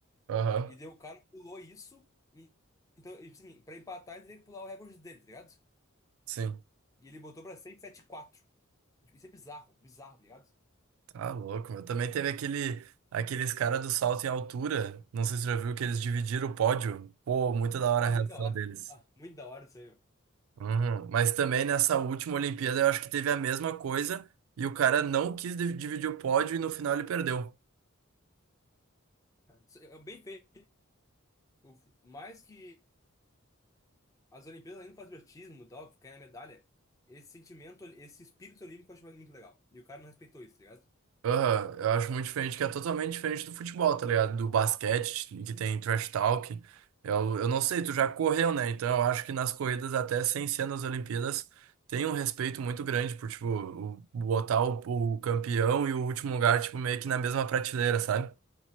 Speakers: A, on the right; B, on the left.
A: Aham,
B: E daí o cara pulou isso, e, então, e, tipo assim, pra empatar ele teria que pular o recorde dele, tá ligado?
A: sim.
B: E ele botou pra seis e setenta e quatro Tipo, Isso é bizarro, bizarro, tá ligado?
A: Tá louco, meu. Também teve aquele, aqueles caras do salto em altura. Não sei se você já viu que eles dividiram o pódio. Pô, muito da hora
B: Ah,
A: a reação
B: muito da hora.
A: deles.
B: Ah, muito da hora isso aí, meu.
A: Uhum. Mas também nessa última Olimpíada eu acho que teve a mesma coisa e o cara não quis div- dividir o pódio e no final ele perdeu.
B: Isso É é bem feito. O- Mais que as Olimpíadas, além do patriotismo, e tal, ficar na medalha, esse sentimento, esse espírito olímpico eu acho muito legal. E o cara não respeitou isso, tá ligado?
A: Aham, Eu acho muito diferente, que é totalmente diferente do futebol, tá ligado? Do basquete, que tem trash talk. Eu, eu não sei, tu já correu, né? Então eu acho que nas corridas, até sem ser nas Olimpíadas, tem um respeito muito grande por, tipo, o- botar o, o campeão e o último lugar, tipo, meio que na mesma prateleira, sabe?